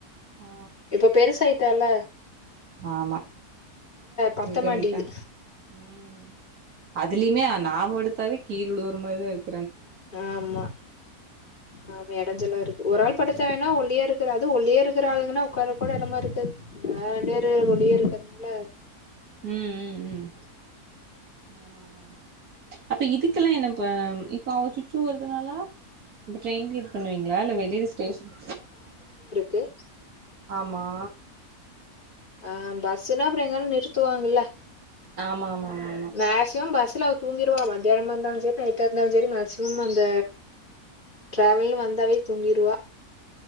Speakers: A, on the right; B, on the left.
A: ஆ
B: இப்ப பெருசா ட்டல
A: ஆமா
B: பத்த
A: இது
B: மாட்டிது
A: விட்டாங்க உம் அதுலயுமே நாம எடுத்தாவே கீழுற மாரிதா இருக்
B: ஆமா ஆமா எடஞ்சல்லா இருக்கு ஒரு ஆள் படுத்த வேணா ஒல்லியா இருக் குரு அதுவு ஒல்லியா இருக்குற ஆளுக்கன்னா உக்கார கூட எடமா இருக்கு ஆஹ் நேரு ஒல்லியா இருக்கறனால
A: உம் உம் உம் ஆமா ஆமா ஆமா அப்ப இதுக்கெல்லா என்ன ப இப்ப அவ சுச்ச வருதுனால இப்ப ட்ரெயின்கு இரு பண்ணுவீங்களா இல்ல வெளில ஸ்டேஷன்
B: கு
A: அமா
B: ஆஹ் பஸ்ன்னா அப்பறொ எங்கானா நிறுத்துவாங்கல்ல
A: ஆமா ஆமா ஆமா ஆமா
B: மேக்சிமம் பஸ்ல தூங்கிருவா மத்தியானமா இருந்தாலு சேரி நைடா இருந்தாலு சேரி மேக்சிமம் அந்த டிராவல்னு வந்தாவே தூங்கிறுவா